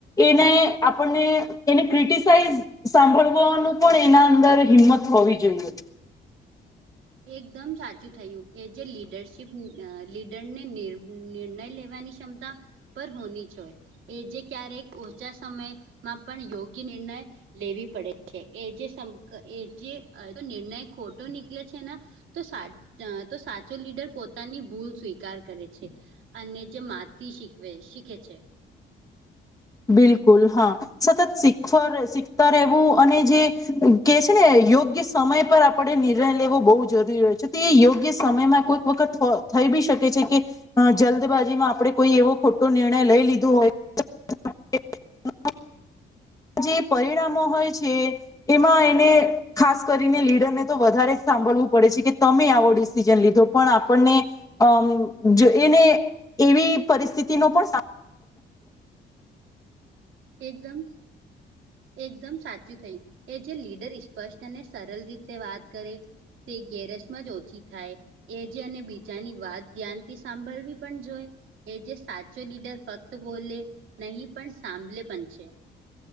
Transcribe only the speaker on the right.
એકદમ સાચું થયું એ જે લીડરશીપ લીડરને નિર્ણય લેવાની ક્ષમતા પર હોની જ હોય એ જે ક્યારેક ઓછા સમયમાં પણ યોગ્ય નિર્ણય લેવી પડે છે એ જે એ જે નિર્ણય ખોટો નીકળે છે ને તો સાં તો સાચો લીડર પો તાની ભૂલ સ્વીકાર કરે છે અને જે માથી શીખવે શીખે છે
એકદમ એકદમ સાચું થયું એ જે લીડર ઈ સ્પષ્ટ અને સરળ રીતે વાત કરે તે ગેરસમાં જ ઓછી થાય એ જે અને બીજાની વાત ધ્યાન તે સાંભળવી પણ જોય એ જે સાચો લીડર ફક્ત બોલે નહીં પણ સાંભલે પણ છે